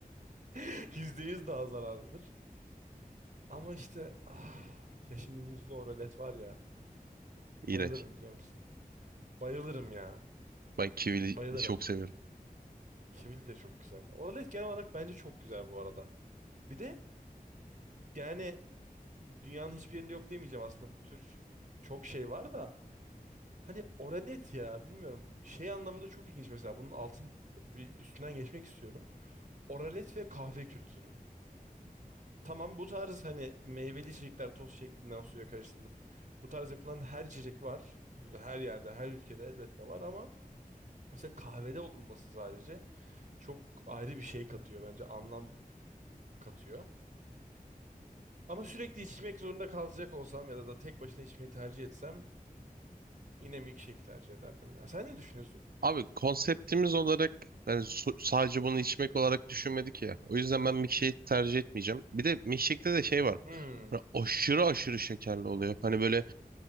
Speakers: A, on the right; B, on the right.
A: <laughs> %100 daha zararlıdır. Ama işte ah, ya şimdi muzlu oralet var ya.
B: İğrenç.
A: Bayılırım biliyor musun? Bayılırım ya.
B: Ben kivili
A: Bayılırım.
B: çok seviyorum.
A: Kivili de çok güzel. Oralet genel olarak bence çok güzel bu arada. Bir de yani dünyanın hiçbir yerinde yok demeyeceğim aslında. Bu tür çok şey var da. Hani oralet ya bilmiyorum. Şey anlamında çok ilginç mesela. Bunun altın bir üstünden geçmek istiyorum. Oralet ve kahve kültürü. Tamam bu tarz hani meyveli içecekler toz şeklinden suya karıştırılıp bu tarz yapılan her içecek var. Her yerde, her ülkede elbette var ama mesela kahvede olunması sadece çok ayrı bir şey katıyor bence anlam katıyor. Ama sürekli içmek zorunda kalacak olsam ya da da tek başına içmeyi tercih etsem yine milkshake tercih ederdim ya. Sen ne düşünüyorsun?
B: Abi konseptimiz olarak yani su- sadece bunu içmek olarak düşünmedik ya. O yüzden ben milkshake'i tercih etmeyeceğim. Bir de milkshake'te de şey var.
A: Hmm,
B: Hani aşırı aşırı şekerli oluyor. Hani böyle